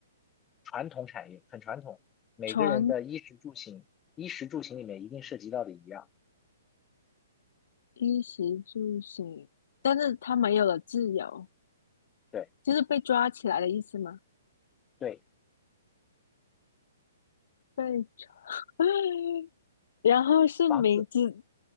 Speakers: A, on the left (about 15°); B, on the left (about 65°).
A: 传统产业很传统，每个人的衣食住行，
B: 全
A: 衣食住行里面一定涉及到的一样，
B: 衣食住行，但是他没有了自由，
A: 对
B: 就是被抓起来的意思吗？
A: 对，
B: 被 <laughs> 然后是名字
A: 房子